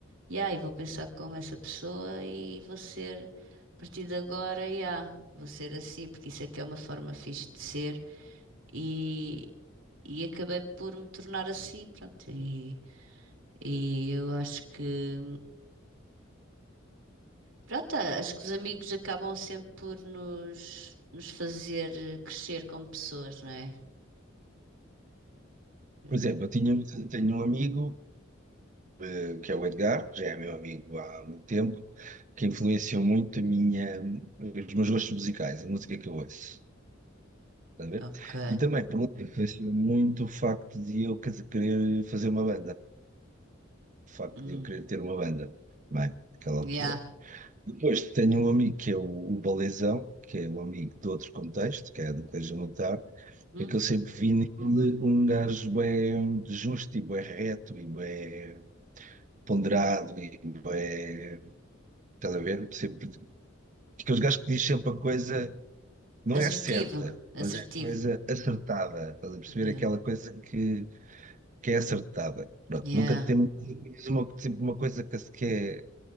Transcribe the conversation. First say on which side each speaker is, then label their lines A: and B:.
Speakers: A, on the right; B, on the right.
A: E aí, vou pensar como essa pessoa e vou ser, a partir de agora, yeah, vou ser assim, porque isso é que é uma forma fixe de ser. E, e acabei por me tornar assim, pronto. E, e eu acho que, pronto, acho que os amigos acabam sempre por nos, nos fazer crescer como pessoas, não é? Eh,
B: Por exemplo, eu tinha, tenho um amigo, eh, que é o Edgar, que já é meu amigo há muito tempo, que influenciou muito a minha, os meus gostos musicais, a música que eu ouço. Estás a ver?
A: Ok.
B: E também, por um lado, influenciou muito o facto de eu quer- querer fazer uma banda, o facto
A: Hum.
B: de eu querer ter uma banda, bem, naquela
A: Yeah.
B: altura. Depois tenho um amigo que é o, o Balezão, que é um amigo de outro contexto, que é do Colégio Militar,
A: Hum.
B: é que eu sempre vi nele um gajo bem justo e bem reto e bem ponderado e bué, estás a ver? Sempre, aqueles gajos que diz sempre a coisa não
A: Assertivo,
B: é certa, mas
A: assertivo.
B: é coisa acertada, estás a perceber?
A: Yeah.
B: Aquela coisa que, que é acertada. Pronto,
A: Yeah.
B: nunca temos uma, sempre uma coisa que, se- que é,